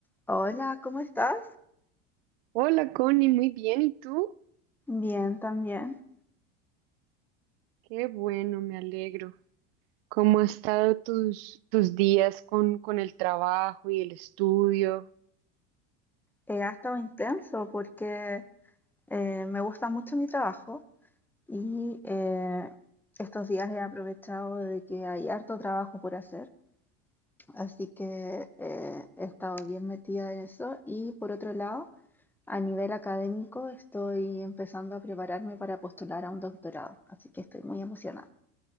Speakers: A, in the centre; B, on the right.
A: Hola, ¿cómo estás?
B: Hola Connie, muy bien. ¿Y tú?
A: Bien, también.
B: Qué bueno, me alegro. ¿Cómo han estado tus, tus días con, con el trabajo y el estudio?
A: Eh, ha estado intenso porque eh, me gusta mucho mi trabajo y eh, estos días he aprovechado de que hay harto trabajo por hacer, así que eh, he estado bien metida en eso y por otro lado, a nivel académico estoy empezando a prepararme para postular a un doctorado, así que estoy muy emocionada.